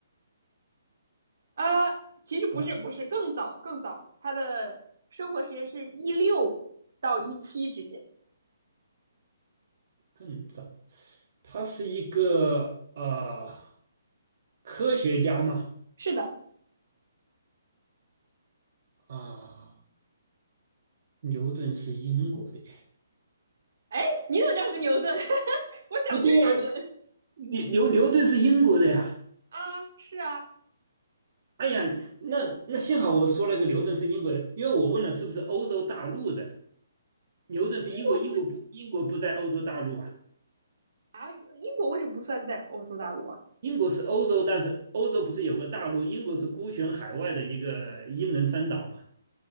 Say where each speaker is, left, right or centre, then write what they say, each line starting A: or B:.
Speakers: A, on the right; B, on the right.
A: 啊，其实不是，
B: 啊，
A: 不是，更早更早，他的生活时间是一六到一七之间。
B: 更早。他是一个呃科学家嘛？
A: 是的，
B: 啊，牛顿是英国的
A: 哎，你怎么知道是牛顿？<laughs> 我想就是牛顿
B: 不对呀、牛牛牛顿是英国的呀。
A: 啊，是啊，
B: 哎呀，那那幸好我说了个牛顿是英国人，因为我问了是不是欧洲大陆的，牛顿是英国，
A: 英国不不
B: 英国不英国不在欧洲大陆啊，
A: 啊，英国为什么不算在欧洲大陆啊？
B: 英国是欧洲，但是欧洲不是有个大陆，英国是孤悬海外的一个英伦三岛嘛。